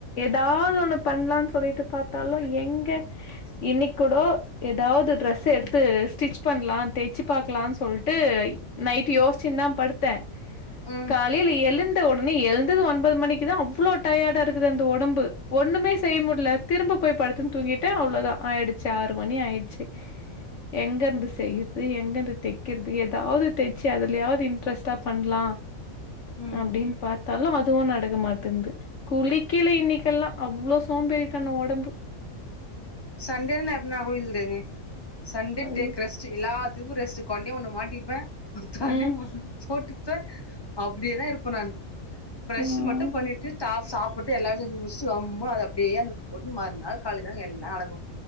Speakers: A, on the left (about 60°); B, on the left (about 15°).
A: ஏதாவது ஒண்ணு பண்ணலான்னு சொல்லிட்டு பாத்தாலு எங்க இன்னைக்கூடோ ஏதாவது ட்ரெஸ் எடுத்து ஸ்டிச் பண்ணலா தெச்சு பாக்கலானு சொல்ட்டு நைட் யோசிச்சுனு தா படுத்தே
B: ம்
A: காலையில எழுந்த உடனே எழு தது ஒன்பது மணிக்கு தா அவ்ளோ டயர்டா இருக்குது அந்த ஒடம்பு ஒண்ணுமே செய்ய முடில திரும்ப போய் படுத்து தூங்கிட் டு அவ்ளோதா ஆயிடுச்சு ஆறு மணி ஆயிடுச்சு எங்க இருந்து செய்யறது எங்கந்து தெக்கிறது எதாவது தெச்சு அதுலயாவது இன்ட்ரெஸ்ட்டா பண்லா
B: ம்
A: அப்டின்னு பாத் தாலு அதுவு நடக்க மாட்டேனுது குளிக்கல இன்னைக்கெல்லா அவ்ளோ சோம்பேறிதனோ ஒடம்பு
B: சன்டேல நா எப் நா குளிக்குது கெடையாதுங்க சன்டே
A: ஐயோ
B: டேக் ரெஸ் ச்சு எல்லாத்துக்கு ரெஸ்ட் கொண்டையு ஒண்ணு மாட்டிப்பே தனியா
A: ம்
B: ஒண்ணு போட்டு தோ அப்டியேதா இருப்பே நான் ப்ரஷ்
A: ம்
B: மட்டு பண்ணிட்டு தா சாப்பிட்டு எல்லா செஞ்சு முடிச்சுட்டு ரொம்ப அத அப்டியே அந்த போட்டு மறுநாள் காலையிலதாங்க எல்லா நடக்கு